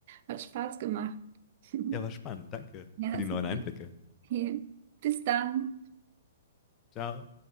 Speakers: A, on the right; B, on the left.
A: Hat Spaß gemacht. <laughs>
B: Ja, war spannend. Danke
A: Ja,
B: für die
A: super.
B: neuen Einblicke.
A: Okay. Bis dann.
B: Ciao.